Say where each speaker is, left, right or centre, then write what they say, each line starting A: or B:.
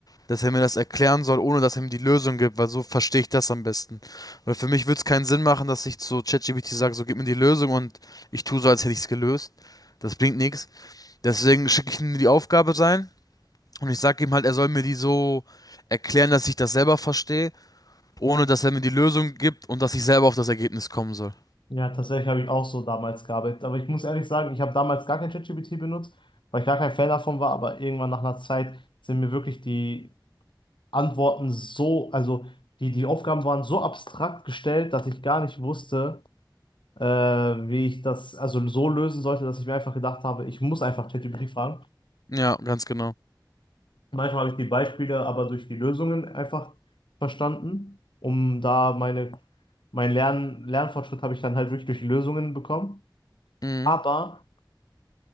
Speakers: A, on the left (about 50°); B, on the left (about 85°).
A: dass er mir das erklären soll, ohne dass er mir die Lösung gibt, weil so verstehe ich das am besten. Weil für mich würde es keinen Sinn machen, dass ich zu ChatGPT sage, so gib mir die Lösung und ich tue so, als hätte ich es gelöst. Das bringt nichts. Deswegen schicke ich ihm die Aufgabe rein. Und ich sage ihm halt, er soll mir die so erklären, dass ich das selber verstehe, ohne dass er mir die Lösung gibt und dass ich selber auf das Ergebnis kommen soll.
B: Ja, tatsächlich habe ich auch so damals gearbeitet. Aber ich muss ehrlich sagen, ich habe damals gar kein ChatGPT benutzt, weil ich gar kein Fan davon war. Aber irgendwann nach einer Zeit sind mir wirklich die Antworten so, also die, die Aufgaben waren so abstrakt gestellt, dass ich gar nicht wusste, äh, wie ich das also so lösen sollte, dass ich mir einfach gedacht habe, ich muss einfach ChatGPT fragen.
A: Ja, ganz genau.
B: Manchmal habe ich die Beispiele aber durch die Lösungen einfach verstanden, um da meine, mein Lern, Lernfortschritt habe ich dann halt wirklich durch die Lösungen bekommen.
A: Mhm.
B: Aber